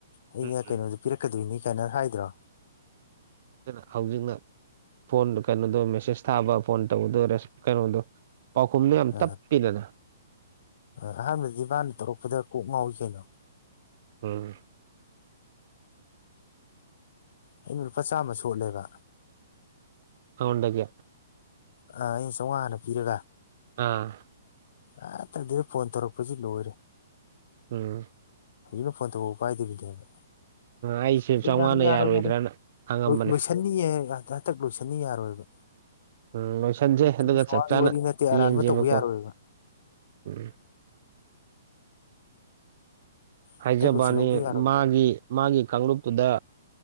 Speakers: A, on the left; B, on the right.
A: ꯑꯩꯩꯅ
B: ꯑꯗꯨꯅ
A: ꯀꯩꯅꯣ ꯄꯤꯔꯛꯀꯗꯣꯏꯅꯤ ꯀꯥꯏꯅ ꯍꯥꯏꯗ꯭ꯔꯣ꯫
B: ꯑꯗꯨꯅ ꯍꯧꯖꯤꯛꯅ ꯐꯣꯟ ꯀꯩꯅꯣꯗꯣ ꯃꯦꯁꯦꯖ ꯊꯥꯕ ꯐꯣꯟ ꯇꯧꯕꯗꯣ ꯀꯩꯅꯣꯗꯣ꯫ ꯄꯥꯎꯈꯨꯝꯗꯨ ꯌꯥꯝ
A: ꯑꯥ
B: ꯇꯞꯄꯤꯗꯅ꯫
A: ꯑꯍꯥꯟꯕꯗꯗꯤ ꯃꯥꯅ ꯇꯧꯔꯛꯄꯗ ꯀꯣꯛ ꯉꯥꯎꯋꯤ ꯀꯩꯅꯣ꯫
B: ꯎꯝ꯫
A: ꯑꯩꯅ ꯂꯨꯄꯥ ꯆꯥꯝꯃ ꯁꯣꯠꯂꯦꯕ꯫
B: ꯑꯉꯣꯟꯗꯒꯤ꯫
A: ꯑ ꯑꯩꯅ ꯆꯥꯎꯉꯥ ꯍꯥꯅ ꯄꯤꯔꯒ꯫
B: ꯑꯥ
A: ꯑ ꯇꯗꯤꯅ ꯐꯣꯟ ꯇꯧꯔꯛꯄꯁꯤ ꯂꯣꯏꯔꯦ
B: ꯎꯝ
A: ꯑꯗꯨꯝ ꯐꯣꯟ ꯇꯧꯕ ꯎ ꯀꯥꯏꯗꯦꯕꯤꯗꯤꯅ
B: ꯑꯩꯁꯦ
A: ꯑꯗꯨ
B: ꯆꯥꯝꯃꯉꯥꯅ
A: ꯌꯥꯔꯣꯏ
B: ꯌꯥꯔꯣꯏꯗ꯭ꯔꯅ
A: ꯌꯥꯔꯣꯏ ꯌꯥꯔꯣꯏ
B: ꯍꯪꯉꯝꯕꯅꯦ
A: ꯂꯣꯏꯁꯟꯅꯤꯌꯦꯗ ꯍꯟꯇꯛ ꯂꯣꯏꯁꯟꯅꯤ ꯌꯥꯔꯣꯏꯕ
B: ꯎꯝ ꯂꯣꯏꯁꯟꯁꯦ
A: ꯁꯤꯒꯤ
B: ꯑꯗꯨꯒ
A: ꯆꯥꯝꯃꯉꯥꯒꯤ
B: ꯆꯞ ꯆꯥꯅ
A: ꯋꯥꯔꯤ ꯅꯠꯇꯦ ꯑꯔꯥꯟꯕ
B: ꯌꯦꯡꯁꯦꯕꯀꯣ
A: ꯇꯧꯕ ꯌꯥꯔꯣꯏꯕ
B: ꯎꯝ ꯍꯥꯏꯖꯕꯅꯤ
A: ꯇꯛꯂꯨꯞꯁꯦ ꯂꯧꯗ ꯌꯥꯔꯣꯏ
B: ꯃꯥꯒꯤ ꯃꯥꯒꯤ ꯀꯥꯡꯂꯨꯞꯇꯨꯗ